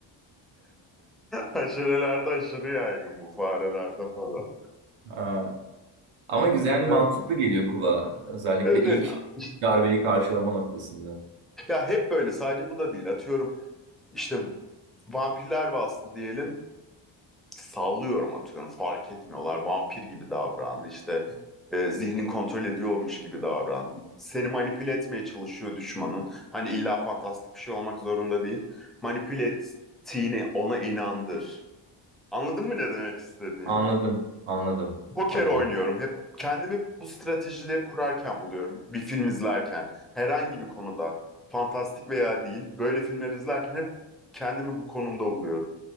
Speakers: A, in the centre; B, on the right.
A: Haşerelerde aşırı yaygın bu farelerde falan.
B: ya. Ama güzel yani mantıklı
A: Evet
B: geliyor kulağa. Özellikle
A: evet.
B: ilk,
A: evet. İşte-
B: ilk darbeyi karşılama noktasında.
A: ya hep böyle sadece bu da değil. Atıyorum işte vampirler bastı diyelim. Sallıyorum atıyorum fark etmiyorlar. Vampir gibi davran. İşte e, zihnin kontrol ediyormuş gibi davran. Seni manipüle etmeye çalışıyor düşmanın. Hani illa fantastik bir şey olmak zorunda değil. Manipüle ettiğini ona inandır. Anladın mı ne demek istediğimi?
B: Anladım, anladım,
A: Poker
B: anladım.
A: oynuyorum. Hep kendimi bu stratejileri kurarken buluyorum. Bir film izlerken, herhangi bir konuda, fantastik veya değil, böyle filmler izlerken hep kendimi bu konumda buluyorum.